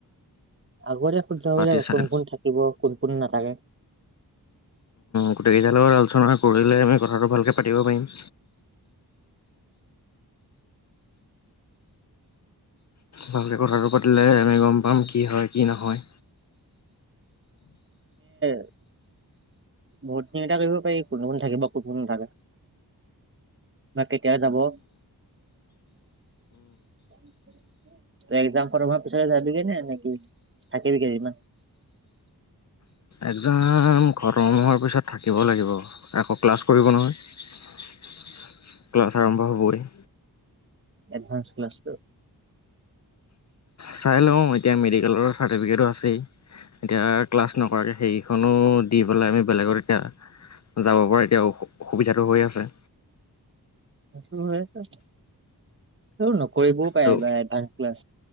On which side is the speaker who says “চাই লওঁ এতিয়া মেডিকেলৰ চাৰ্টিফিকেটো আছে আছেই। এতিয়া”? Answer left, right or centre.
Left